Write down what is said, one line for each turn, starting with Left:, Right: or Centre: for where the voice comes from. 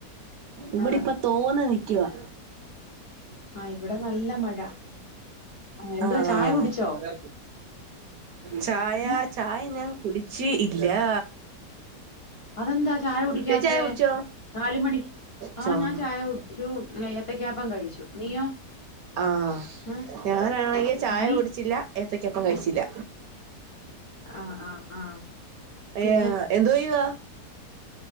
Right: ഇവിടിപ്പോ
Left: ആ
Right: തോന്ന് നിക്കുവാ.
Left: ആ ഇവിടെ നല്ല മഴ. എന്തുവാ
Right: ആ
Left: ചായ കുടിച്ചോ
Right: ആ ഛായ
Left: ഏ
Right: ഛായ ഞാ കുടിച്ച് ഇല്ലാ.
Left: അതെന്താ ചായ കുടിക്കാത്തെ
Right: ചേച്ചി ഛായൊടിച്ചോ
Left: നാല് മണി
Right: ച്ചോന്ന്
Left: ആ ഞാൻ ചായ കുടിച്ചു ഏത്തക്കാപ്പം കഴിച്ചു. നീയോ?
Right: ആ
Left: ആ
Right: ഞാനാണെങ്കി ഛായ
Left: നീ
Right: കുടിച്ചില്ല ഏത്തക്കപ്പം കഴിച്ചില്ല.
Left: ആ ആ ആ പിന്നെ
Right: ഏ എന്തോയ്യുവാ?